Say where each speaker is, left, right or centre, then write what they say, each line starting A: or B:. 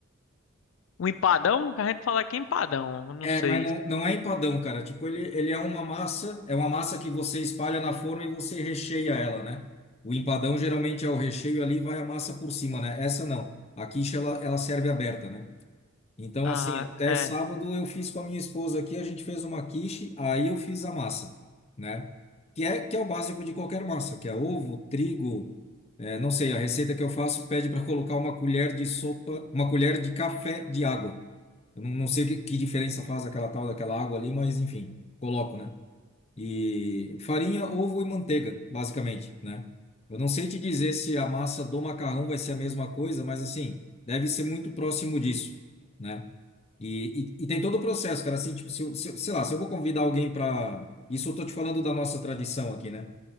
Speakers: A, on the left; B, on the left.
A: Um empadão? A gente fala aqui empadão, eu não
B: É,
A: sei.
B: mas não, não é empadão, cara. Tipo, ele, ele é uma massa, é uma massa que você espalha na forma e você recheia ela, né? O empadão geralmente é o recheio ali, e vai a massa por cima, né? Essa não. A quiche, ela, ela serve aberta, né? Então,
A: Ah,
B: assim, até
A: é,
B: sábado eu fiz com a minha esposa aqui, a gente fez uma quiche, aí eu fiz a massa, né? Que é, que é o básico de qualquer massa, que é ovo, trigo, é, não sei, a receita que eu faço pede para colocar uma colher de sopa, uma colher de café de água. Eu não, não sei que, que diferença faz aquela tal daquela água ali, mas enfim, coloco, né? E farinha, ovo e manteiga, basicamente, né? Eu não sei te dizer se a massa do macarrão vai ser a mesma coisa, mas assim, deve ser muito próximo disso, né? E, e, e tem todo o processo, cara, assim, tipo, se, eu- se, eu- sei lá, se eu vou convidar alguém para, isso eu tô te falando da nossa tradição aqui, né?